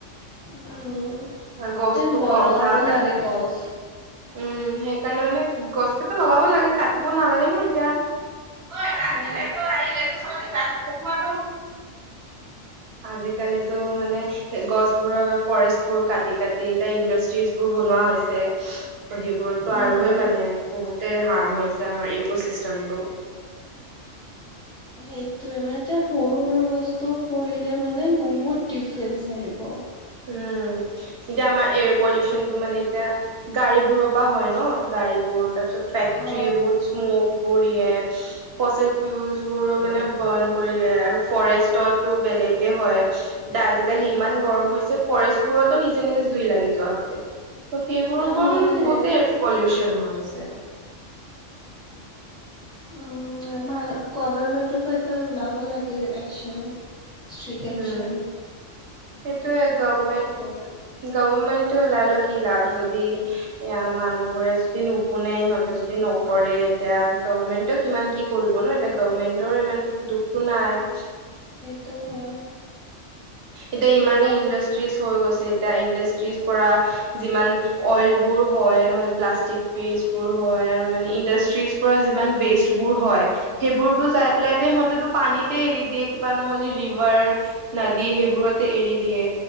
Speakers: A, in the centre; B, on the right.
A: উম
B: ত গছটো
A: তে
B: কম
A: লগাব
B: থাকাৰ কাৰণে
A: লাগে গছ
B: উম সেই সেইকাৰণে মানে গছ কেইটা লগাব লাগে কাটিব নালাগে ন এতিয়া হয়াক
A: অ
B: লেত এই লেত চয় যে ক কহোৱাটো <unintelligible> আজিকালিতো মানে গছবোৰৰ ফৰেষ্টবোৰ কাটি কাটি ত ইণ্ডাষ্ট্ৰিজ বোৰ বনোৱা হৈছে ত' সেইবোৰতো
A: উম
B: আৰুৱে মানে বহুত হাৰ্ম হৈছে আমাৰ ইক' চিষ্টেমটো
A: সেইটোয়ে মানে এতিয়া সৰু সৰু বস্তু টো কৰিলে মানে বহুত ডিফাৰেন্ঞ্চ আহিব।
B: উম এতিয়া আমাৰ এয়াৰ পলিউচন টো মানে এতিয়া গাড়ীবোৰৰ হয় ন গাড়ীবোৰ তাৰপিছত ফেক্ট্ৰৰী
A: অ অ
B: বহুত স্মক দিয়ে ফচিফুলোল বোৰো মানে বন কৰিলে আৰু ফৰেষ্টতো বেলেগ একে হয় এ আজিকালি ইমান গৰম ফৰেষ্ট বোৰতো নিজে নিজে জুই লাগি যোৱা হৈছে ত' সেইবোৰৰ
A: সেয়াই
B: পৰা মানে বহুতেই পলিউচন নোহোৱা হৈছে।
A: উম আমাৰ গভমেণ্টকো এটা ওলাব লাগে একচন। শ্ৰীকশাৰ
B: উম,
A: <unintelligible>
B: সেইটোয়ে গভমেণ্ট
A: কাৰণে
B: গভমেণ্টে ওলালক। কি লাভ যদি এ মানুহবোৰে যদি নুশুনে সিহঁতে যদি নকৰে এতিয়া গভমেন্টক কিমান কি কৰিব ন এতিয়া গভমেন্টৰ ইমান দুখতো নাই।
A: এইটো হয়।
B: এতিয়া ইমানেই ইণ্ডাষ্ট্ৰিজ হৈ গৈছে এতিয়া ইণ্ডাষ্ট্ৰিজ পৰা যিমান অইল বোৰ হয় নহ'লে প্লাষ্টিক ৱেষ্টবোৰ হয় আৰু মানে ইণ্ডাষ্ট্ৰিজ পৰা যিমান ৱেষ্টবোৰ হয় সেইবোৰতো যাই পেলাই সিহতেটো পানীতে এৰি দিয়ে কিবা নহ'লে ৰিভাৰ ন দি সেইবোৰতে এৰি দিয়ে